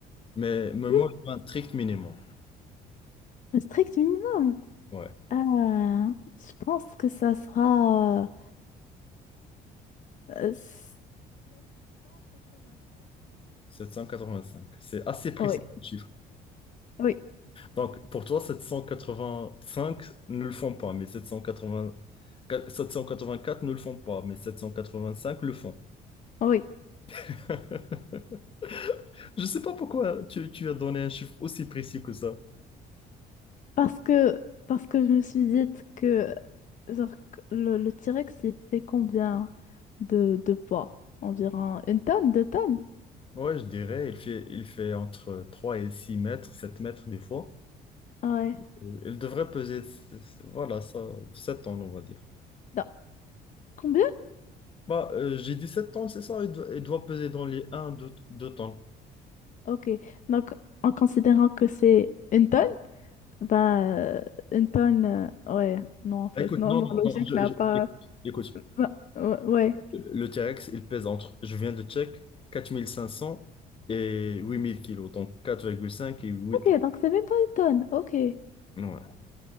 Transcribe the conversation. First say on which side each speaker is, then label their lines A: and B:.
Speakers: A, on the left; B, on the left.
A: Mais, mais
B: <laughs>
A: moi, je fais un strict minimum.
B: Un strict minimum.
A: Ouais,
B: Ah, je pense que ça sera euh, cinq
A: 785. C'est assez précis,
B: Oui.
A: le chiffre.
B: Oui,
A: Donc, pour toi, 785 ne le font pas, mais 780 784 ne le font pas, mais 785 le font.
B: oui.
A: <laughs> Je sais pas pourquoi tu, tu as donné un chiffre aussi précis que ça.
B: Parce que, parce que je me suis dit que genre, que le, le T-Rex, il fait combien de, de poids? Environ une tonne, deux tonnes?
A: Ouais, je dirais, il fait, il fait entre 3 et 6 mètres, 7 mètres des fois.
B: Ouais.
A: Euh, Il devrait peser, voilà, ça, 7 tonnes, on va dire.
B: Non, Combien?
A: Bah, euh, j'ai dit 7 tonnes, c'est ça, il doit, il doit peser dans les 1, 2 tonnes.
B: Ok. Donc, en considérant que c'est une tonne, bah, euh, une tonne, euh, ouais. Non, en fait,
A: Ah, Écoute,
B: non,
A: non,
B: ma
A: non,
B: logique
A: non, je-
B: n'a
A: je-
B: pas.
A: écoute,
B: ma- Ouais.
A: Le T-Rex, il pèse entre, je viens de check, 4500 et 8000 kilos, donc 4,5 et 8
B: Ok,
A: ans.
B: donc c'est même pas une tonne. Ok.
A: Ouais.